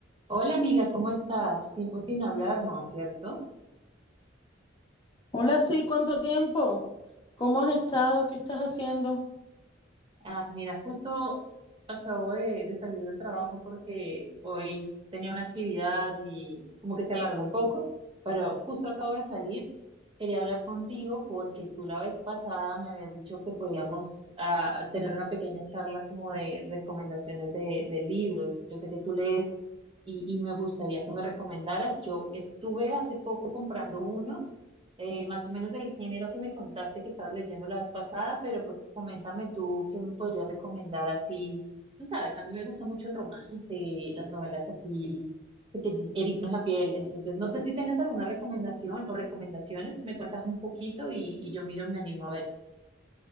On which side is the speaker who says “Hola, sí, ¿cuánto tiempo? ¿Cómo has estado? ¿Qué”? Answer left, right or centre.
Left